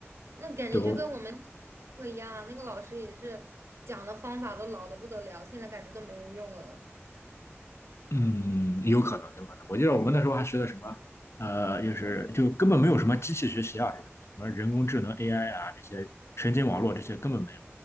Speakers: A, on the right; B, on the left.
A: 那感觉就跟我们
B: 对，我
A: <laughs> 课一样啊，那个老师也是讲的方法都老的不得了，现在感觉都没人用了。
B: 嗯，有可能，有可能。我记得我们那时候还学的什么，呃，就是就根本没有什么机器学习啊，这种什么人工智能 AI 啊，这些神经网络这些根本没有。